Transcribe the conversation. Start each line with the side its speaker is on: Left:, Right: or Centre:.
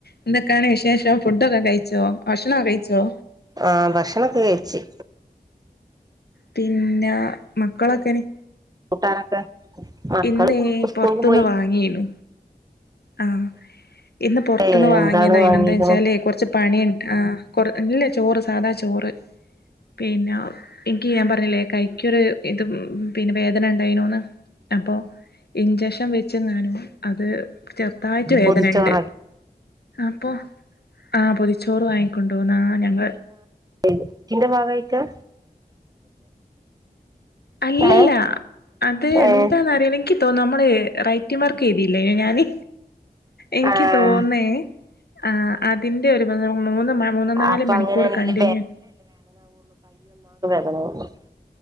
Left: എന്തൊക്കാണ് വിശേഷം ഫുഡൊക്കെ കയിച്ചോ ഭക്ഷണൊ കയിച്ചോ
Right: ആ ഭക്ഷണൊക്കെ കയിച്ച്
Left: പിന്നെ മക്കളൊക്കെന്
Right: കൂട്ടാനൊക്കെ മക്കള്
Left: ഇന്നേ
Right: സ്കൂൾക്ക്
Left: പൊറത്തന്ന്
Right: പോയി
Left: വാങ്ങിയിനു ആഹ് ഇന്ന് പുറത്തുന്ന്
Right: ഏ
Left: വാങ്ങിയതായിനു
Right: എന്താണ് വാങ്ങീക്ക്ണ്
Left: എന്താ വെച്ചാല് കൊറച്ച് പണിയ് ആഹ് കൊറ ഇല്ല് ചോറ് സാധാ ചോറ് പിന്നെ എക്ക് ഞാൻ പറഞ്ഞില്ലേ കൈക്കൊരു ഇത് പിന്നെ വേദന ഉണ്ടായിനൂന്ന് അപ്പോ ഇഞ്ചക്ഷൻ വെ ന്നാനും അത് ചെറത്തായിട്ട് വേദനണ്ട്
Right: പൊതിച്ചോറാക്കിട്ടാ
Left: അപ്പൊ ആഹ്പോതിച്ചോറ് വാങ്ങിക്കൊണ്ടോ ന്നാഞങ്ങള് അഹ്
Right: എത്തിന്റെ ഭാഗായിട്ടാ
Left: അല്ലല്ല
Right: ഏഹ്
Left: അത്
Right: ഏഹ്
Left: എന്താന്നറീല ഇൻക്കി ഇപ്പോ നമ്മള് റൈറ്റിവർക്കെ യ്തിലേ ന്യയോ ഞാന് എൻക്ക്
Right: ആഹ്
Left: തോന്നേ ആ അതിന്റെ ഒരു മൂന്ന് മൂന്ന് നാല്
Right: അപ്പൊ
Left: മണിക്കൂർ
Right: അങ്ങനെയാണെങ്കില്
Left: കണ്ടിന്യു
Right: അ <unintelligible>